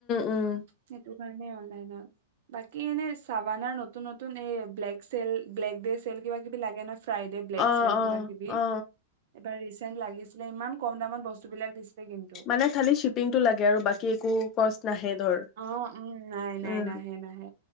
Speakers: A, on the left; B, on the right.
A: উম
B: সেইটো পাই নে অনলাইনত বাকি এনে চাবানৰ নতুন নতুন এ ব্লেক চেল ব্লেক চেল কিবা কিবি লাগে ন ফ্ৰাইডে ব্লেক
A: অ
B: চেল
A: অ
B: কিবা কিবি
A: অ
B: এবাৰ ৰিচেণ্ট লাগিছে ইমান কম দামত বস্তু বিলাক দিলে কিন্তু
A: মানে খালি শ্বিপিংটো লাগে আৰু বাকী একো কষ্ট নাহে ধৰ
B: অ উম নাই নাই
A: উম
B: নাহে নাহে